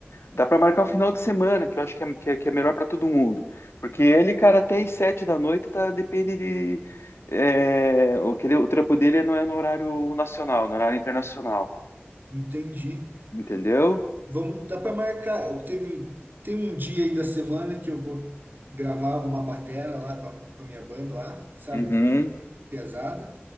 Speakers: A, on the left; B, on the right.
A: Dá pra marcar um final de semana, que eu acho que é, que é, que é melhor pra todo mundo. Porque ele, cara, até às sete da noite, tá, depende de. é, o, que ele- o trampo dele não é no horário nacional, no horário internacional.
B: Entendi.
A: Entendeu?
B: Vamos, dá para marcar. Eu teve, tem um dia aí da semana que eu vou gravar uma batera lá com a, com a minha banda lá, sabe?
A: Uhum,
B: Pesada.